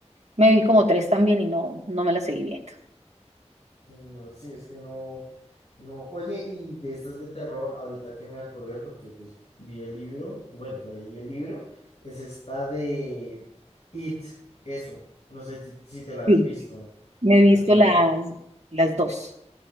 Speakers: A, on the right; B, on the left.
A: Me vi como tres también y no, no me las seguí viendo.
B: No, sí, es que no, no. Oye, y de estas de terror, ahorita que me acordé, porque pues vi el libro, bueno, me leí el libro, es esta de It, eso. No sé ti- si te la has
A: Sí.
B: visto,
A: Me he visto
B: tanto la-
A: las, las dos.